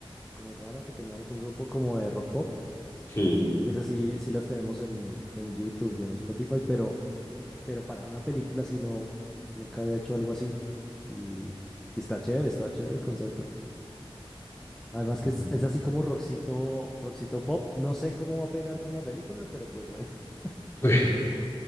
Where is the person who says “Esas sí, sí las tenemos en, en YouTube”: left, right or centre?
Centre